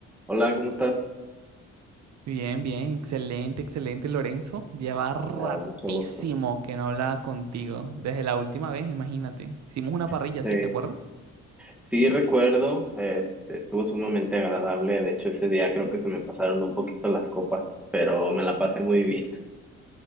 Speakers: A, in the centre; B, on the right.
A: Hola, ¿cómo estás?
B: Bien, bien, excelente, excelente, Lorenzo. Lleva ratísimo
A: Me da mucho gusto.
B: que no hablaba contigo. Desde la última vez, imagínate. Hicimos una parrilla,
A: Sí,
B: ¿sí? ¿Te acuerdas?
A: sí recuerdo, este, estuvo sumamente agradable. De hecho, ese día creo que se me pasaron un poquito las copas, pero me la pasé muy bien.